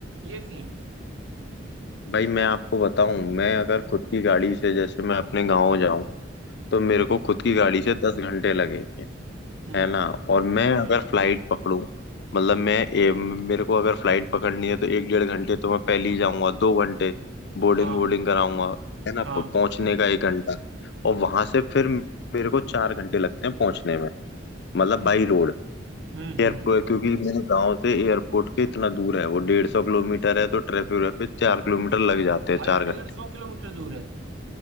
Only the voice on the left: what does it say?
भाई मैं आपको बताऊं मैं अगर खुद की गाड़ी से जैसे मैं अपने गांव जाऊं तो मेरे
को खुद की गाड़ी से दस घंटे लगेंगे
है ना और मैं
अगर फ्लाइट पकड़ूं मतलब मैं ए, मेरे को अगर फ्लाइट पकड़नी है तो एक डेढ़ घंटे तो मैं पहले ही जाऊंगा दो घंटे बोर्डिंग
वोर्डिंग कराऊंगा है ना
प- पहुंचने का एक घंटा और वहां से फिर मेरे को चार घंटे लगते हैं पहुंचने में मतलब
बाई रोड
एयरपोर्ट
क्योंकि मेरे गांव से एयरपोर्ट के इतना दूर है वो डेढ़ सौ किलोमीटर है तो ट्रैफिक पे चार किलोमीटर लग
जाते
हैं चार घंटे